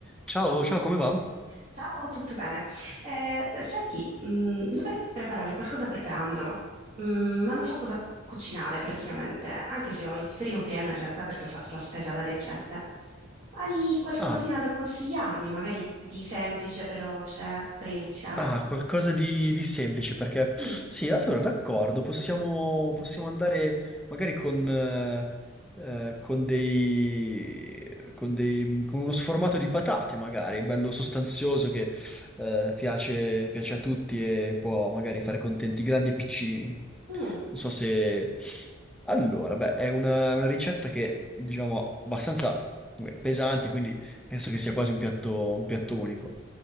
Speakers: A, in the centre; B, on the right.
A: Ciao, ciao, come va?
B: Ciao, tutto bene? Eh, senti, mh, dovrei preparare qualcosa per pranzo, mh, ma non so cosa cucinare praticamente, anche se ho il frigo pieno in realtà perché ho fatto la spesa da recente. Hai qualcosina
A: Ah,
B: da consigliarmi, magari di semplice, veloce, per iniziare?
A: ah, qualcosa di, di semplice perché sì,
B: Mm,
A: allora d'accordo, possiamo, possiamo andare magari con, eh, eh, con dei, con dei, con uno sformato di patate, magari, bello sostanzioso che eh, piace, piace a tutti e può magari fare contenti grandi e piccini.
B: mm.
A: Non so se... Allora, beh, è una, una ricetta che, diciamo, abbastanza eh, pesante, quindi penso che sia quasi un piatto, un piatto unico.